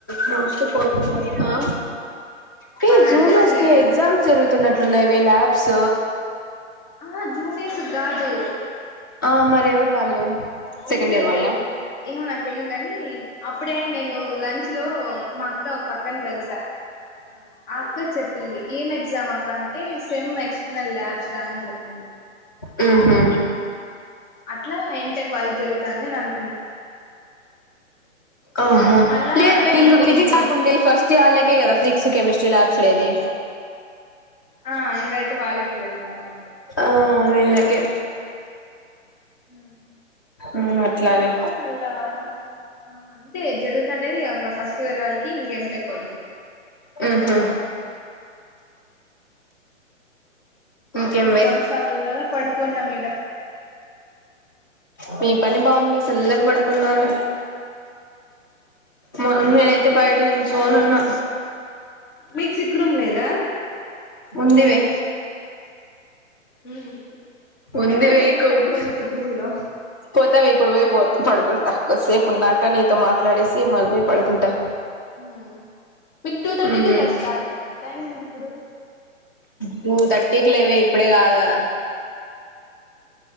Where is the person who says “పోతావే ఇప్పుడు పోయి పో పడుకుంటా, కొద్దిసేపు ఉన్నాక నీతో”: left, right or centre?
Left